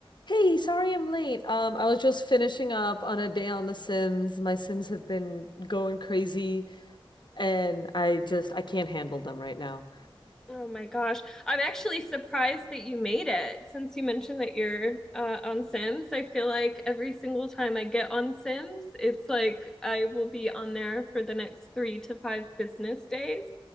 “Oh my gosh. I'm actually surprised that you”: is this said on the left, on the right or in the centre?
Centre